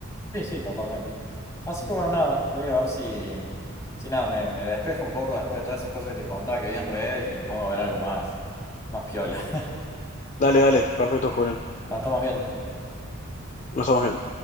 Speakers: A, on the left; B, on the left.
A: sí, sí, totalmente. Así que bueno, nada, voy a ver si, si nada, me, me despejo un poco después de todas esas cosas que te contaba que vi en redes y me pongo a ver algo más, más piola. <laughs>
B: Dale, dale, perfecto, Julián.
A: Nos estamos viendo.
B: Nos estamos viendo.